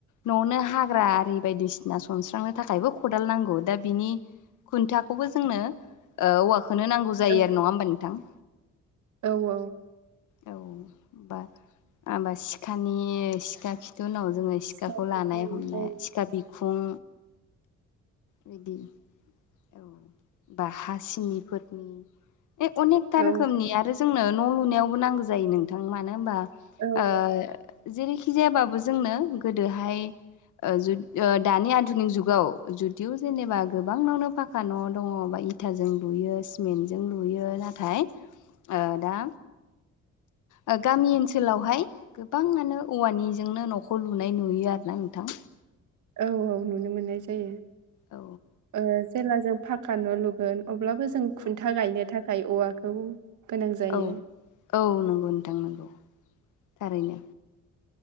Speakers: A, on the left; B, on the right.
A: न'नो हाग्रा आरि बायदिसिना सनस्रांनो थाखायबो खदाल नांगौ दा बिनि खुन्थाखौबो जोंनो ओ औवाखोनो नांगौ जायो
B: औ
A: आरो। नङा होमबा नोंथां?
B: औ औ।
A: औ हमबा आमबा सिखानि सिखा खिथु उनाव जोङो सिखाखौ
B: सिखा
A: लानाय
B: औ
A: हमनाय
B: औ
A: सिखा बिखुं बिदि औ बा हासिनिफोरनि ए अनेकथा
B: औ
A: रोखोमनि आरो जोंनो न' लुनायावबो नांगो जायो नोंथां। मानो होनबा
B: औ
A: ओ जेरैखि जायाबाबो जोंनो गोदोहाय ओ जु ओ दानि आधुनिक जुगाव जुदिअ जेनेबा गोबांनावनो फाखा न' दङ बा इथाजों लुयो सिमेन्टजों लुयो नाथाय ओ दा ओ गामि ओनसोलावहाय गोबांआनो औवानिजोंनो न'खौ लुनाय नुयो आरो ना नोंथां।
B: औ औ नुनो मोननाय जायो।
A: औ
B: ओ जेला जों फा खानन' लुगोन अब्लाबो जों
A: औ
B: खुन्था गायनो थाखाय औवाखौ गोनां जायो
A: औ औ नोंगौ नोंथां नोंगौ थारैनो।